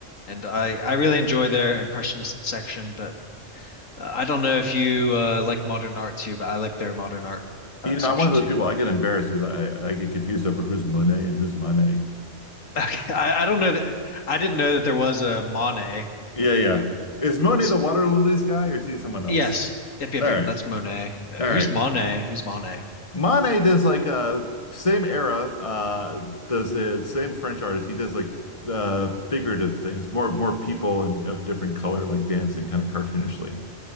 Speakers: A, on the left; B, on the left.
A: and I I really enjoy their impressionist section, but Uh, I don't know if you uh, like modern art too, but I like their modern art uh,
B: You
A: section
B: know, I'm one of those
A: too.
B: people
A: <laughs>
B: I get embarrassed because I I get confused over who's Monet and who's Monet.
A: Okay, I, I don't know that I didn't know that there was a Monet.
B: Yeah, yeah. Is Monet
A: S
B: the water lilies guy or is he someone else?
A: yes, yep, yep,
B: All
A: yep.
B: right.
A: That's Monet. Uh,
B: All right.
A: who's Monet? Who's Monet?
B: Manet does like uh same era uh does the same French artist. He does like f- uh figurative things, more more people and of different color like dancing kind of cartoonishly.